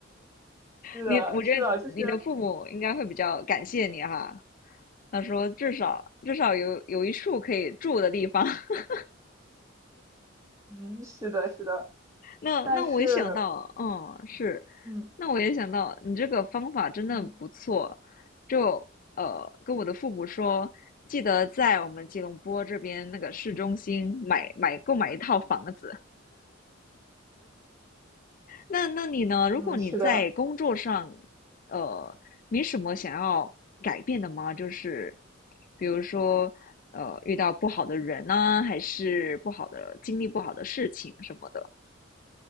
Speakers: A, on the right (about 15°); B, on the left (about 45°).
A: 是的，
B: 你，我觉得你的父母应该会比较感谢你哈。
A: 是的，就是
B: 他说至少至少有有一处可以住的地方。<laughs>
A: 嗯，是的，是的，
B: 那那我也想到，
A: 但是。
B: 嗯，是，
A: 嗯，
B: 那我也想到你这个方法真的不错。
A: 嗯
B: 就呃，跟我的父母说，记得在我们吉隆坡这边那个市中心买买购买一套房子。那那你呢？如果你在工作上，
A: 嗯，是的，
B: 呃，没什么想要改变的吗？就是比如说，呃，遇到不好的人呢、还是不好的经历、不好的事情什么的。